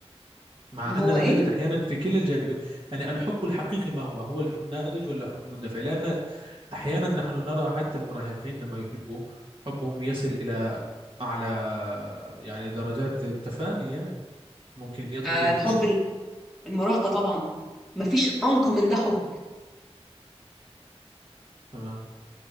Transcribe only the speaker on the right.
مع
أننا
نجد أحيانا في كلا الجانبين يعني الحب الحقيقي ما هو هو الحب ناضج ولا حب مندفع لأن أحيانا نحن نرى حتى المراهقين لما يحبوا حبهم يصل إلى أعلى يعني درجات التفاني يعني ممكن يضحوا
بأنفسهم
تمام